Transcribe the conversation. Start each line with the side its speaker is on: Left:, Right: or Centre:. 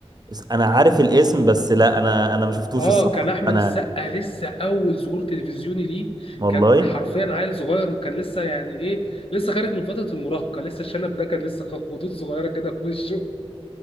Right: بس انا عارف الاسم بس لا انا انا ما شفتوش
Left: اه
Right: الصراحة
Left: كان احمد
Right: انا
Left: السقا لسه اول ظهور تلفزيوني ليه
Right: والله
Left: كان حرفيا عيل صغير وكان لسه يعني ايه لسه خارج من فتره المراهقه لسه الشنب ده كان لسه خطوط صغيره كده في وشه